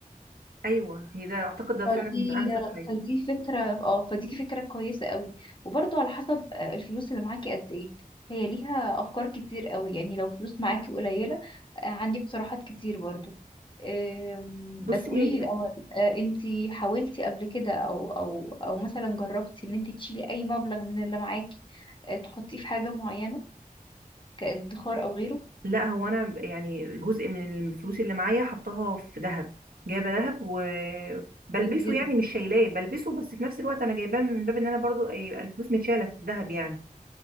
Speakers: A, on the right (about 80°); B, on the left (about 35°).
A: ايوه هي ده اعتقد ده
B: فدي
A: فعلا انسب حاجه
B: فدي فكرة اه فدي فكرة كويسة قوي وبرضو على حسب آه، الفلوس اللي معاكي قد ايه هي ليها افكار كتير قوي يعني لو فلوس معاكي قليلة آه، عندي اقتراحات كتير برضو آم،
A: بصي
B: بس قوليلي
A: هي
B: الاول آه، انتي حاولتي قبل كده او او او مثلا جربتي ان انتي تشيلي اي مبلغ من اللي معاكي آه، تحطيه في حاجة معينة كادخار او غيره
A: لا هو انا يعني جزء من الفلوس اللي معايا حطاها في ذهب جايبه ذهب وبلبسه
B: كويس جدا
A: يعني مش شايلاه بلبسه بس في نفس الوقت انا جايباه من باب ان انا برضو يبقى الفلوس متشاله في الذهب يعني